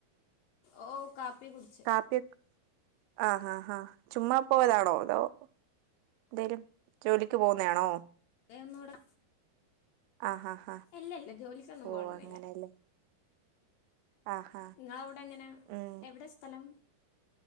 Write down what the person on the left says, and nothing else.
ഓ കാപ്പി കുടിച്ച്
ഏഹ് ഒന്നൂടെ
ഇല്ല ഇല്ല ജോലിക്കൊന്നും
പോനൊന്നില്ല
നിങ്ങളവിടെ എങ്ങനാ
എവിടെ സ്ഥലം